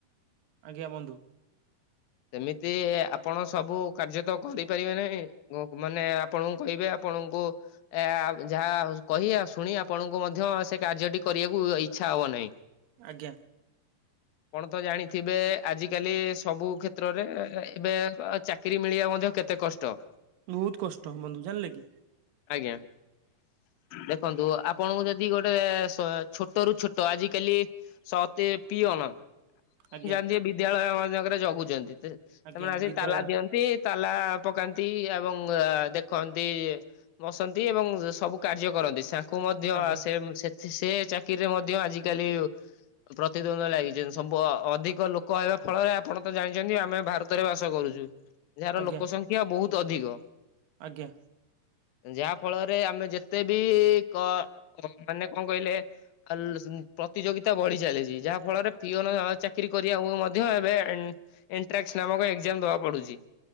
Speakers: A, on the right; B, on the left.
A: ଆଜ୍ଞା ବନ୍ଧୁ।
B: ସେମିତି ଆପଣ ସବୁ କାର୍ଯ୍ୟ ତ କରିପାରିବେ ନାହିଁ। ମାନେ ଆପଣଙ୍କୁ କହିବେ ଆପଣଙ୍କୁ ଆ ଯାହା କହି ଆଉ ଶୁଣି ଆପଣଙ୍କୁ ମଧ୍ୟ ସେ କାର୍ଯ୍ୟଟି କରିବାକୁ ଇ ଇଛା ହବ ନାଇଁ।
A: ଆଜ୍ଞା।
B: ଆପଣ ତ ଜାଣିଥିବେ ଆଜିିକାଲି ସବୁ କ୍ଷେତ୍ରରେ ଏବେ ଅ ଚା କିରି ମିଳିବା ମଧ୍ୟ କେତେ କଷ୍ଟ।
A: ବହୁତ କଷ୍ଟ ବନ୍ଧୁ ଜାଣିଲେ କି।
B: ଆଜ୍ଞା ଦେଖନ୍ତୁ ଆପଣଙ୍କୁ ଯଦି ଗୋଟେ ସ ଏ ଛୋ ଛୋଟ ରୁ ଛୋଟ ଆଜିକାଲି ସ ଅତେ ପିଅନ ଆ
A: ଆଜ୍ଞା
B: ଜାଣିଥିବେ ବି ବିଦ୍ୟାଳୟ ମାନଙ୍କରେ ଜଗୁଛନ୍ତି ସେ ସେମାନେ
A: ଆଜ୍ଞା
B: ଆସିିକି
A: ବିଦ୍ୟାଳୟ
B: ତାଲା ଦିଅନ୍ତି। ତାଲା ପକାନ୍ତି ଏବଂ ଦେଖନ୍ତି ବସନ୍ତି ଏବଂ ସବୁ କାର୍ଯ୍ୟ କରନ୍ତି ସେ ତାଙ୍କୁ ମଧ୍ୟ
A: ଆଜ୍ଞା
B: ସେଥ ସେ ଚା କିରିରେ ମଧ୍ୟ ଆଜିକାଲି ପ୍ରତିଦ୍ୱନ୍ଦ୍ୱ ଲାଗିଚନ୍ତି ସୁ ଅଧିକ ଲୋକ ହେବା ଫଳରେ ଆପଣ ତ ଜାଣିଛନ୍ତି ଆମେ ଭାରତ ରେ ବାସ କରୁଛୁ ଯାହାର
A: ଆଜ୍ଞା
B: ଲୋକ ସଂଖ୍ୟା ବହୁତ ଅଧିକ।
A: ଆଜ୍ଞା।
B: ଯାହା ଫଳରେ ଆମେ ଯେତେ ବି କ କ ମାନେ କଣ କହିଲେ ଆ ଲୋସ ପ୍ରତିଯୋଗିତା ବଢି ଚାଲିଛି ଯାହା ଫଳରେ ପିଅନ ଚାକିରରି କରିବାକୁ ମଧ୍ୟ ଏବେ ଏଣ୍ଟ୍ରାସ ନାମକ ଏକ୍ଜାମ ଦବାକୁ ପଡୁଛି।